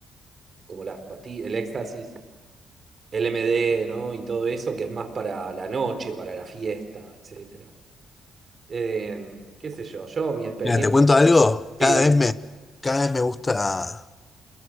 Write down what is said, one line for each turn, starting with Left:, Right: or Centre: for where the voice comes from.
Right: como las pastillas, el éxtasis, el MD, ¿no? Y todo eso que es más para la noche, para la fiesta, etcétera. Eh, qué sé yo, yo mi experiencia...
Left: Mira, te cuento algo. Cada
Right: Sí, dale.
Left: vez me, cada vez me gusta,